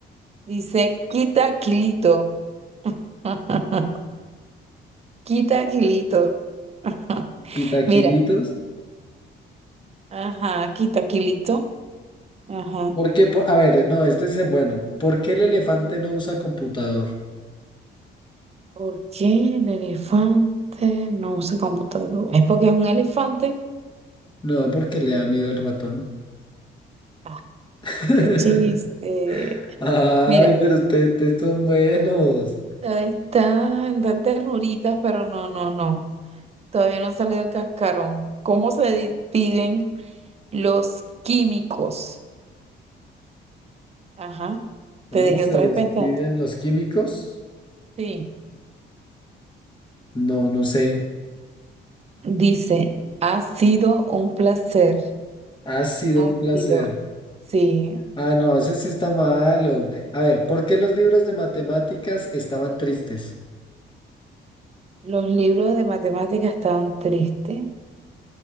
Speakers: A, on the right; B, on the left.
A: Dice, quita kilito. <laughs> Quita kilito. <laughs>
B: quitaquilitos.
A: Mira. Ajá, quita kilito. Ajá.
B: ¿Por qué? Por- a ver, no, este dice, bueno, ¿por qué el elefante no usa computador?
A: ¿Por qué el elefante no usa computador? ¿Es porque es un elefante?
B: No, porque le da miedo el ratón.
A: Ah,
B: <laughs>
A: qué chiste.
B: Ay,
A: Mira.
B: pero ustedes ustedes son buenos.
A: Está en tantas ternuritas, pero no, no, no. Todavía no salió del cascarón. ¿Cómo se despiden los químicos? Ajá.
B: ¿Cómo
A: Te dejé
B: se
A: otra
B: despiden
A: vez pensando.
B: los químicos?
A: Sí.
B: No, no sé.
A: Dice, ha sido un placer.
B: Ha sido
A: Ha
B: un placer.
A: sido. Sí.
B: Ah, no, ese sí está malo. A ver, ¿por qué los libros de matemáticas estaban tristes?
A: Los libros de matemáticas estaban tristes